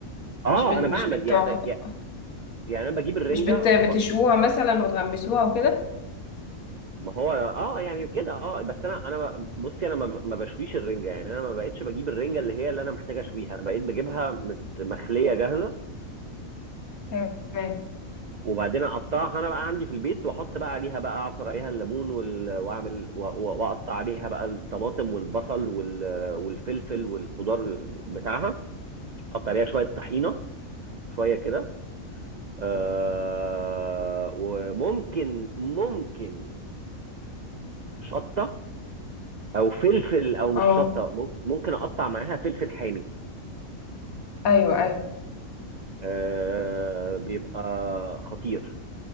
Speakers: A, on the right (about 80°); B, on the left (about 85°).
A: اه
B: مش بت...
A: انا
B: مش
A: بعمل
B: بتوع...
A: يعني يعني انا بجيب الرنجه
B: مش بت... بتشوها
A: ب-
B: مثلا وتغمسوها وكده
A: ما هو اه يعني كده اه بس انا انا ب- بصي انا ما ب- ما بشويش الرنجه يعني انا ما بقتش بجيب الرنجه اللي هي اللي انا محتاج اشويها انا بقيت بجيبها مت- مخليه جاهزه
B: تمام
A: وبعدين اقطعها انا بقى عندي في البيت واحط بقى عليها بقى اعصر عليها الليمون وال... واعمل و- و- واقطع عليها بقى الطماطم والبصل وال... والفلفل والخضار بتاعها احط عليها شويه طحينه شويه كده آه... وممكن ممكن شطه او فلفل او مش
B: اه
A: شطه مم- ممكن اقطع معاها فلفل حامي
B: ايوه ايوه
A: آه بيبقى خطير